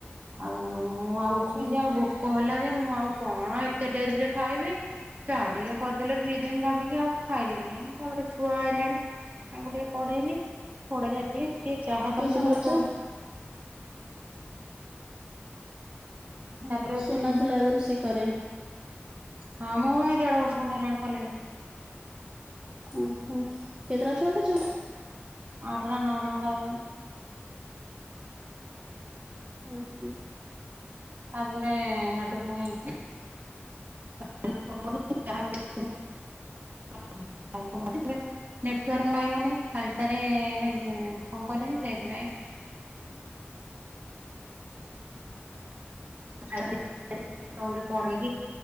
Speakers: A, on the right; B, on the right.
A: ଆଉ ମୁଁ ଆଉ ଉଠିକି
B: ହୁଁ
A: ଆଉ
B: ହୁଁ
A: ଭୋକ ହେଲା ଯେ ମୁଁ ଆଉ କଣ ଏତେ ଡେରିରେ ଖାଇବି। ଚାହା ଟିକେ କରିଦେଲେ ପିଇଦେମି ଭାବିକି ଆଉ ଖାଇଲିନି ତାପରେ ଛୁଆ ଆଇଲେଣି। ତାଙ୍କୁ ଟିକେ ପଢେଇଲି, ପଢେଇି ସାରିକି ଟିକେ ଚାହା
B: ଟିଉସନ
A: ତାଙ୍କୁ ଯେତେବେଳେ
B: କରୁଛ?
A: ଫୋ
B: ହଁ
A: ତାପରେ
B: ସୁନାଥିଲା
A: ଅଛି
B: ଆଗରୁ ସେ କରେ।
A: ହଁ ମୁଁ ଏଇ ଦେଢ ବର୍ଷ ଖଣ୍ଡେ ହେଲାଣି କଲିଣି।
B: ହଁ ଓ ହୋଁ, କେତେଟା ଛୁଆ କରଛ?
A: ଆଠ ନା ନଅଟା ଖଣ୍ଡେ ହଉଛନ୍ତି।
B: ହଁ ହୁଁ।
A: ତାପରେ ହେଠୁ ପୁଣି <unintelligible> ନେଟୱାର୍କ ଆଇବନି। ଖାଲିଟାରେ କଣ କରିମି ସେଥିପାଇଁ <unintelligible> ପଢ଼େଇକି